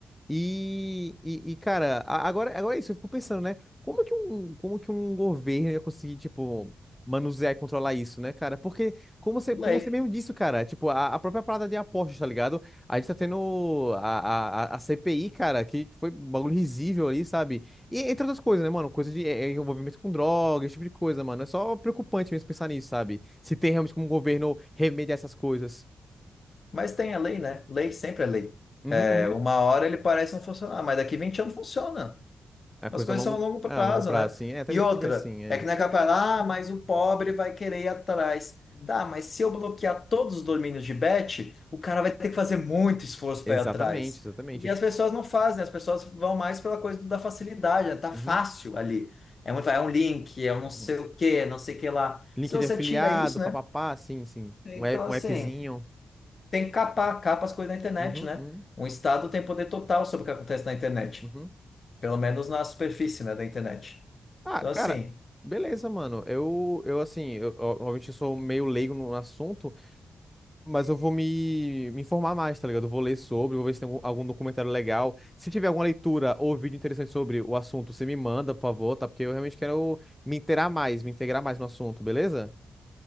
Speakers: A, in the centre; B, on the left.
A: E, e, e, cara, a- agora, agora é isso, eu fico pensando, né? Como que um, como que um governo ia conseguir, tipo, manusear e controlar isso, né, cara? Porque, como você,
B: lei.
A: como você mesmo disse, cara, tipo, a, a própria parada de apostas, tá ligado? A gente tá tendo a, a, a a CPI, cara, que que foi um bagulho risível ali, sabe? E entre outras coisas, né, mano? Coisa de é, é, envolvimento com droga, esse tipo de coisa, mano. É só preocupante mesmo pensar nisso, sabe? Se tem realmente como o governo remediar essas coisas.
B: Mas tem a lei, né? Lei sempre é lei.
A: Uhum,
B: É,
A: uhum.
B: uma hora ele parece não funcionar, mas daqui 20 anos funciona.
A: É coisa
B: As coisas
A: a longo,
B: são a longo prazo,
A: é, a longo prazo,
B: né?
A: assim. É, também
B: E outra,
A: tem que ver assim, é.
B: é que não é capaz, ah, mas o pobre vai querer ir atrás. Tá, mas se eu bloquear todos os domínios de bet, o cara vai ter que fazer muito esforço para
A: Exatamente,
B: ir atrás.
A: exatamente.
B: E as pessoas não fazem, as pessoas vão mais pela coisa da facilidade, né? Tá
A: Uhum.
B: fácil ali. É um, é um link, é um não sei
A: uhum.
B: o quê, não sei o que lá.
A: Link
B: Se você
A: de afiliado,
B: tira isso, né?
A: papapá, sim, sim.
B: Então,
A: Um, app,
B: assim,
A: um appzinho.
B: tem que capar, capa as coisas na internet,
A: Uhum,
B: né?
A: uhum,
B: Um Estado tem poder total sobre o que acontece na internet.
A: uhum.
B: Pelo menos na superfície, né, da internet.
A: Ah,
B: Então,
A: cara,
B: assim,
A: beleza, mano. Eu, eu assim, eu, eu- obviamente eu sou meio leigo no assunto, mas eu vou me, me informar mais, tá ligado? Eu vou ler sobre, vou ver se tem algum, algum documentário legal. Se tiver alguma leitura ou vídeo interessante sobre o assunto, você me manda, por favor, tá? Porque eu realmente quero me inteirar mais, me integrar mais no assunto, beleza?